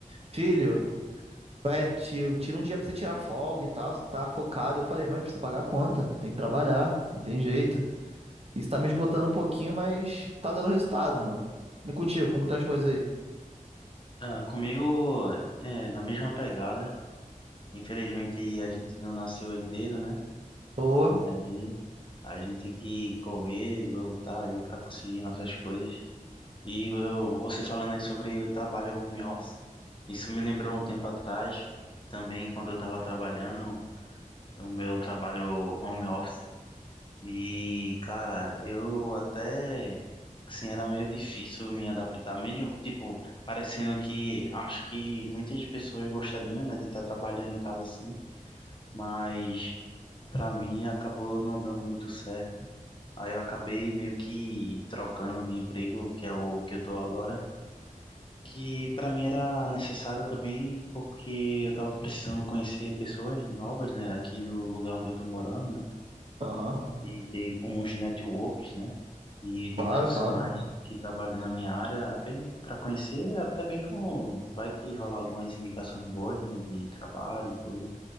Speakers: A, on the right; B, on the left.
A: filho, vai, ti- tira um dia pra você tirar folga e tal, você tá focado. Eu falei, mãe, preciso pagar a conta, tem que trabalhar, não tem jeito. Isso tá me esgotando um pouquinho, mas tá dando resultado, mano. E contigo, como que tá as coisas aí?
B: Ah, comigo, é, na mesma pegada. Infelizmente, a gente não nasceu herdeiro, né?
A: Tô.
B: E daí, a gente tem que correr, lutar aí para conseguir nossas coisas. E eu, você falando aí sobre o trabalho home office, isso me lembrou um tempo atrás, também quando eu estava trabalhando, o meu trabalho home office. E, cara, eu até, assim, era meio difícil me adaptar, mesmo, tipo, parecendo que acho que muitas pessoas gostariam, né, de estar trabalhando em casa assim, mas pra mim acabou não dando muito certo. Aí eu acabei meio que trocando de emprego, que é o que eu tô agora, que pra mim era necessário também, porque eu tava precisando conhecer pessoas novas, né, aqui do lugar onde eu tô morando, né,
A: Aham.
B: e ter uns networks, né, de, de
A: Claro,
B: profissionais
A: claro.
B: que trabalham na minha área, apenas para conhecer, até mesmo vai que rola algumas indicações boas, né, de trabalho e tudo.